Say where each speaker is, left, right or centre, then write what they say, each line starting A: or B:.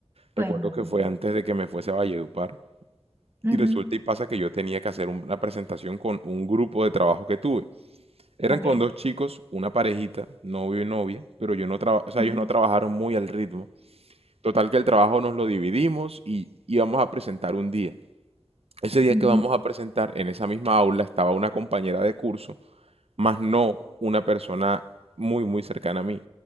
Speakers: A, on the right; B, on the right.
A: cuéntame.
B: Recuerdo que fue antes de que me fuese a Valledupar
A: Ujú,
B: y resulta y pasa que yo tenía que hacer un- una presentación con un grupo de trabajo que tuve. Eran
A: Ok.
B: con dos chicos, una parejita, novio y novia, pero yo no traba- o sea,
A: Ujú,
B: ellos no trabajaron muy al ritmo. Total que el trabajo nos lo dividimos y íbamos a presentar un día. Ese día
A: ujú,
B: que vamos a presentar, en esa misma aula estaba una compañera de curso más no una persona muy, muy cercana a mí.